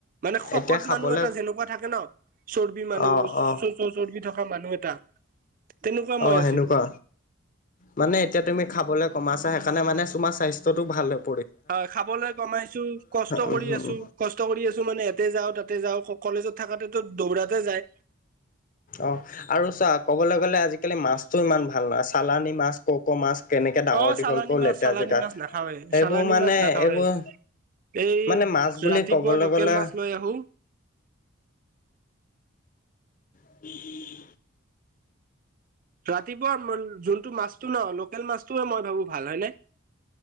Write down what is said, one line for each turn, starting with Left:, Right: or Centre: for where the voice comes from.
Right: মানে শকত
Left: এতিয়া খাবলে
Right: মানুহ এটা যেনেকুৱা থাকে ন' চৰ্বি মানুহ
Left: অ অ
Right: চ-চৰ্বি থকা মানুহ এটা তেনেকুৱা মই
Left: অ'
Right: আছিলো
Left: সেনেকুৱা। মানে এতিয়া তুমি খাবলৈ কমাইছা সেইকাৰণে মানে তোমাৰ স্বাস্থ্যটো ভাল হ'ব।
Right: হয় খাবলৈ কমাইছোঁ, কষ্ট
Left: উম
Right: কৰি আছোঁ, কষ্ট কৰি আছোঁ মানে তাতে যাওঁ, তাতে যাওঁ, কলেজত থাকাতেতো দৌৰাতে যায়।
Left: অ' আৰু চা ক'বলৈ গ'লে আজিকালি মাছতো ইমান ভাল নহয়, চালানী মাছ, কক মাছ কেনেকে ডাঙৰ
Right: অ
Left: দীঘল
Right: চালানী
Left: ক
Right: মাছ
Left: লেতেৰা
Right: চালানী
Left: জেগাত
Right: মাছ নাখাওৱে
Left: সেইবোৰ
Right: চালানী
Left: মানে
Right: মাছ নাখাওৱে
Left: এইবোৰ
Right: এই
Left: মানে মাছ বুলি
Right: ৰাতিপুৱা
Left: ক'বলৈ
Right: লোকেল
Left: গ'লে
Right: মাছ লৈ আহো
Left: <unintelligible>
Right: ৰাতিপুৱা যোনটো মাছটো ন, লোকেল মাছটোয়ে মই ভাবো ভাল হয় নে?